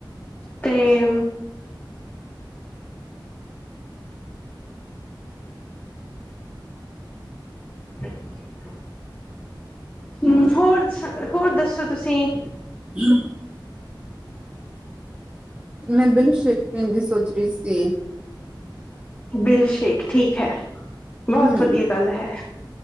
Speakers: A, on the left; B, on the right.
A: ਤੇ ਠੀਕ <unintelligible> ਹਮ ਹੋਰ-ਜ-ਹੋਰ ਦੱਸੋ ਤੁਸੀਂ।
B: ਹਮ ਮੈਂ ਬਿਲ ਸ਼ੇਕ ਮਨ ਦੀ ਸੋਚ ਰਹੀ ਸੀ।
A: ਬਿਲ ਸ਼ੇਖ ਠੀਕ ਹੈ ਬਹੁਤ
B: ਹਮ
A: ਵਧੀਆ ਗੱਲ ਹੈ।